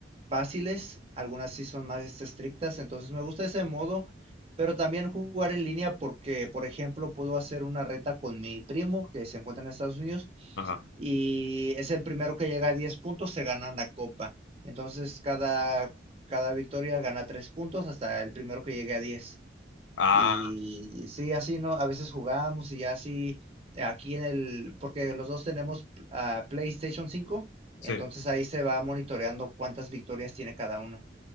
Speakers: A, on the right; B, on the left.
A: fáciles, algunas sí son más este, estrictas, entonces me gusta ese modo, pero también jugar en línea porque, por ejemplo, puedo hacer una reta con mi primo que se encuentra en Estados Unidos
B: ajá.
A: y es el primero que llega a 10 puntos, se gana la copa. Entonces cada, cada victoria gana 3 puntos hasta el primero que llegue a 10.
B: Ah,
A: Y sí, así no, a veces jugábamos y así aquí en el, porque los dos tenemos ah, PlayStation cinco
B: sí.
A: entonces ahí se va monitoreando cuántas victorias tiene cada uno.